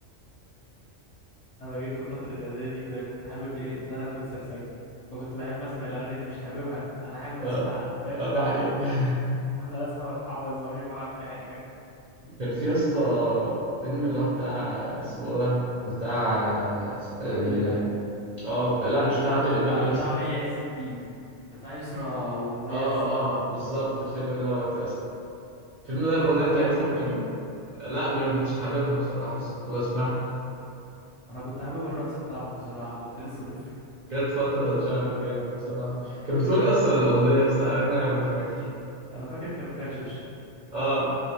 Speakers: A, on the left; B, on the right.
A: انا جيت في فتره اعدادي كده كنت حابب ايه ان انا اكون سرسجي فكنت بحب اسمع الاغاني دي مش حاببها انا حابب
B: اه
A: اسمعها فاهم
B: اه ده حقيقة <laughs>
A: <laughs> انا لازم ابقى حافظها في فرح في حاجه
B: كان في يا اسطى فيلم اللي هو بتاع اسمه ده بتاع ال...
A: عادل امام
B: اه بتاع... لا مش بتاع عادل إمام
A: لا
B: يا
A: بتاع
B: اسطى
A: مي عز الدين بتاع يسرا ومي
B: اه
A: عز الدين
B: اه بالظبط الفيلم دوت يا اسطى الفيلم ده
A: انت
B: الأغنية
A: كنت
B: بتاعتهم
A: حابب اغنيته
B: كانت لا ما كنتش حاببها بصراحة بس كنت بسمعها
A: انا كنت حابب الرقص بتاعهم بصراحه كنت لسه طفل
B: جت فترة اتشهرت جامد بصراحة كانت بتقولي أصلا الأغنية يا اسطى على النعمة ما فاكر
A: انا فاكر كان فيها شوشه
B: اه